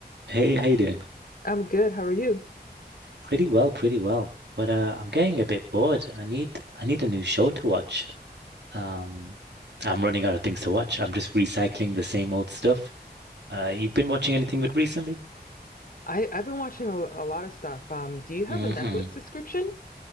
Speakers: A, on the right; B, on the left.
A: Hey, how you doing?
B: I'm good. How are you?
A: Pretty well, pretty well. But uh, I'm getting a bit bored. I need I need a new show to watch. Um, I'm running out of things to watch. I'm just recycling the same old stuff. Uh, you've been watching anything good recently?
B: I I've been watching a, a lot of stuff. Um, do you have
A: hmm
B: a Netflix subscription?